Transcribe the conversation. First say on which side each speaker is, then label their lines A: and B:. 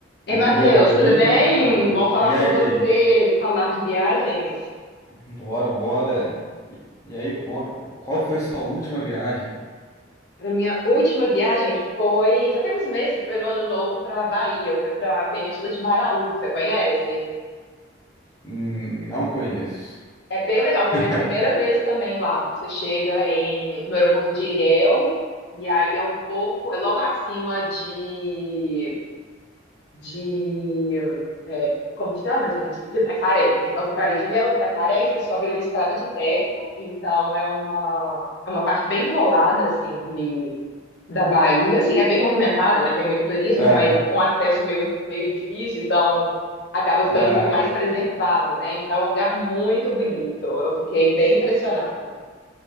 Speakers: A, on the left (about 55°); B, on the left (about 15°).
A: Ei,
B: Bom
A: Matheus,
B: dia, bom dia.
A: tudo bem? Bom falar
B: E aí?
A: com você, falar de viagens.
B: Bora, bora. E, e aí, ponto. Qual foi sua última viagem?
A: A minha última viagem foi, já tem uns meses, foi no Ano Novo para a Bahia, foi para a Península de Maraú, você conhece?
B: Hum, Não conheço.
A: É bem legal,
B: <laughs>
A: foi a minha primeira vez também lá. Você chega em, no aeroporto de Ilhéus, e aí é um pouco, é logo acima de de. é, como chama, gente? De Itacaré. Então, você vai de Ilhéus de Itacaré e você sobe numa estrada de terra. Então, é uma, é uma parte bem isolada, assim, de, da Bahia. Assim, é bem movimentada, né? Tem muito turismo,
B: Aham,
A: mas um acesso meio, meio difícil, então acaba ficando
B: aham.
A: um pouco mais preservada, né? Então, é um lugar muito bonito. Eu fiquei bem impressionada.